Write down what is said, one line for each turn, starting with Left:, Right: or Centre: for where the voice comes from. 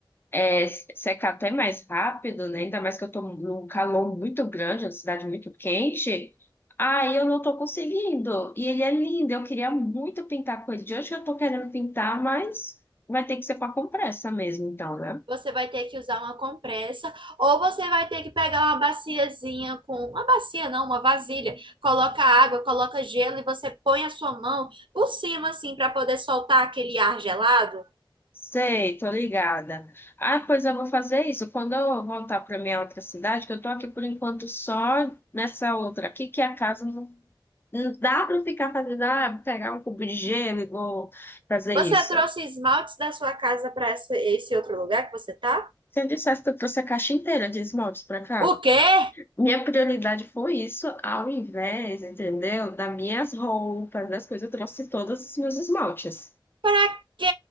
Left: é, secar até mais rápido, né? Ainda mais que eu tô num calor muito grande, uma cidade muito quente. Aí eu não tô conseguindo. E ele é lindo. Eu queria muito pintar com ele. De hoje que eu tô querendo pintar, mas vai ter que ser com a compressa mesmo, então, né?
Right: Você vai ter que usar uma compressa ou você vai ter que pegar uma baciazinha com uma bacia não, uma vasilha. Coloca água, coloca gelo e você põe a sua mão por cima assim para poder soltar aquele ar gelado.
Left: Sei, tô ligada. Ah, pois eu vou fazer isso. Quando eu voltar para minha outra cidade, que eu tô aqui por enquanto só nessa outra aqui, que é a casa não, não dá para ficar fazendo, ah, pegar um cubo de gelo e vou fazer
Right: Você
Left: isso.
Right: trouxe esmaltes da sua casa para esse outro lugar que você tá?
Left: Se eu dissesse que eu trouxe a caixa inteira de esmaltes para cá,
Right: O quê?
Left: minha prioridade foi isso, ao invés, entendeu? Das minhas roupas, das coisas, eu trouxe todos os meus esmaltes.
Right: Para que